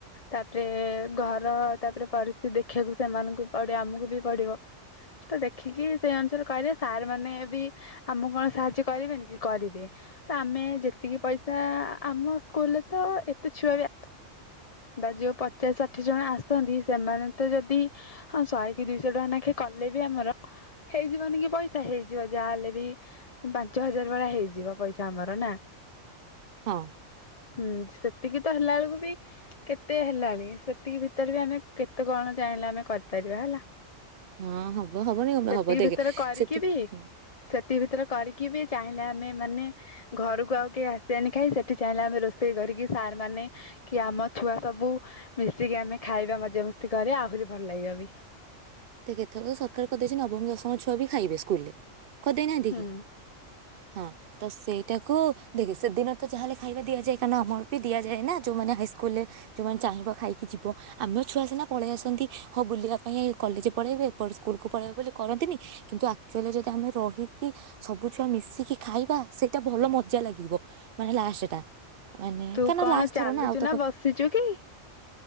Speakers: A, on the left (about 30°); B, on the right (about 60°).
A: ତାପରେ ଘର ତାପରେ ପରିସ୍ଥିତି ଦେଖିବାକୁ ସେମାନଙ୍କୁ ପଡିବ ଆମକୁ ବି ପଡିବ ତ ଦେଖିକି ସେଇ ଅନୁସାରେ କହିଲେ ସାର୍ ମାନେ ବି ଆମକୁ କଣ ସାହାଯ୍ୟ କରିବେନି କି କରିବେ ତ ଆମେ ଯେତିକି ପଇସା ଆମ ସ୍କୁଲରେ ତ ଏତେ ଛୁଆ ବି ଆ ବା ଯୋଉ ପଚାଶ ଷାଠିଏ ଜଣ ଆସନ୍ତି ସେମାନେ ତ ଯଦି ହଁ ଶହେ କି ଦିଇଶହ ଟଙ୍କା ନଖେ କଲେ ବି ଆମର ହେଇଯିବନି କି ପଇସା ହେଇଯିବ ଯାହାହଲେ ବି ପାଞ୍ଚ ହଜାର ଭଳିଆ ହେଇଯିବ ପଇସା ଆମର ନା
B: ହଁ
A: ହୁଁ ସେ ସେତିକି ତ ହେଲା ବେଳକୁ ବି କେତେ ହେଲାଣି ସେତିକି ଭିତରେ ବି ଆମେ କେତେ କଣ ଚାହିଁଲେ ଆମେ କରିପାରିବା ହେଲା।
B: ହଁ ହବ ହବନି କଣ ପାଇଁ
A: ସେତିକି
B: ହବ ଦେଖେ
A: ଭିତରେ କରିକି
B: ସେତିକି
A: ବି
B: ହଁ
A: ସେତିକି ଭିତରେ କରିକି ଚାହିଁଲେ ଆମେ ମାନେ ଘରକୁ ଆଉ କେହି ଆସିବାନି ଖାଇ ସେଠି ଚାହିଁଲେ ଆମେ ରୋଷେଇ କରିକି ସାର୍ ମାନେ କି ଆମ ଛୁଆ ସବୁ ମିଶିକି ଆମେ ଖାଇବା ମଜାମସ୍ତି କରିବା ଆହୁରି ଭଲ ଲାଗିବ ବି।
B: ଦେଖେ ଏଥର ତ ସରକାର କରିଦେଇଛି ନବମ ଦଶମ ଛୁଆ ବି ଖାଇବେ ସ୍କୁଲ ରେ କରିଦେଇନାହାନ୍ତି
A: ହୁଁ
B: କି ହଁ ତ ସେଇଟାକୁ ଦେଖେ ସେଦିନ ତ ଯାହାହେଲେ ଖାଇବା ଦିଆଯାଏ କାରଣ ଆମର ବି ଦିଆଯାଏ ନା ଯୋଉମାନେ ହାଇସ୍କୁଲ ରେ ଯୋଉମାନେ ଚାହିଁବ ଖାଇକି ଯିବ ଆମ ଛୁଆ ସିନା ପଳେଇଆସନ୍ତି ହଉ ବୁଲିବା ପାଇଁ କଲେଜ ପଳେଇବେ ଏପଟ ସ୍କୁଲକୁୁ ପଳେଇବେ ବୋଲି କରନ୍ତିନି କିନ୍ତୁ ଆକ୍ଚୁଆଲି ଯଦି ଆମେ ରହିକି ସବୁ ଛୁଆ ମିଶିକି ଖାଇବା ସେଇଟା ଭଲ ମଜା ଲାଗିବ ମାନେ ଲାଷ୍ଟ ଟା। ମାନେ
A: ତୁ
B: କାରଣ
A: କଣ
B: ଲାଷ୍ଟ ଥର
A: ଚାଲୁଛୁ
B: ଆଉ ତ
A: ନା ବସିଛୁ କି?